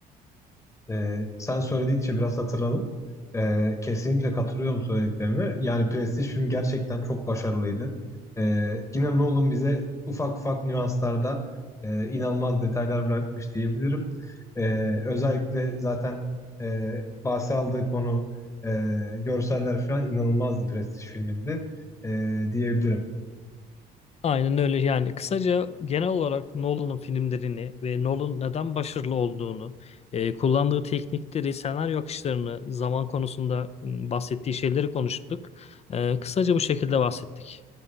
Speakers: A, on the left; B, on the left.
A: Ee, sen söyledikçe biraz hatırladım. Ee, kesinlikle katılıyorum söylediklerine. Yani Prestige film gerçekten çok başarılıydı. Ee, yine Nolan bize ufak ufak nüanslarda e, inanılmaz detaylar bırakmış diyebilirim. Ee, özellikle zaten e, bahse aldığı konu e, görseller falan inanılmazdı Prestige filminde e, diyebilirim.
B: Aynen öyle yani kısaca genel olarak Nolan'ın filmlerini ve Nolan neden başarılı olduğunu, e, kullandığı teknikleri, senaryo akışlarını, zaman konusunda m, bahsettiği şeyleri konuştuk. E, kısaca bu şekilde bahsettik.